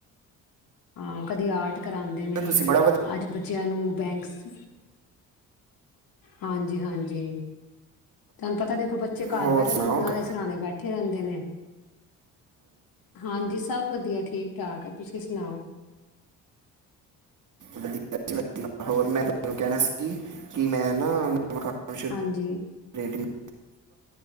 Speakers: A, on the left; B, on the right.
A: ਹਾਂ ਕਦੀ ਆਰਟ ਕਰਾਉਂਦੇ ਨੇ
B: ਤੁਸੀਂ ਬੜਾ ਵਧੀਆ
A: ਅੱਜ ਬੱਚਿਆਂ ਨੂੰ ਬੈਂਕਸ ਹਾਂਜੀ ਹਾਂਜੀ ਤੁਹਾਨੂੰ ਪਤਾ ਦੇਖੋ ਬੱਚੇ ਘਰ
B: ਹੋਰ
A: ਪਹਿ ਕੇ
B: ਸੁਣਾਓ
A: ਫੋਨਾਂ
B: ਕ-
A: ਦੇ ਸਰਾਣੇ ਬੈਠੇ ਰਹਿੰਦੇ ਨੇ ਹਾਂਜੀ ਸਭ ਵਧੀਆ ਠੀਕ ਕ ਆ ਤੁਸੀਂ ਸੁਣਾਓ
B: ਵਧੀਆ ਹੋਰ ਮੈਂ ਤੁਹਾਨੂੰ ਕਹਿਣਾ ਸੀ ਕਿ ਮੈਂ ਨਾ ਮਕ ਸ਼ੁਰੂ
A: ਹਾਂਜੀ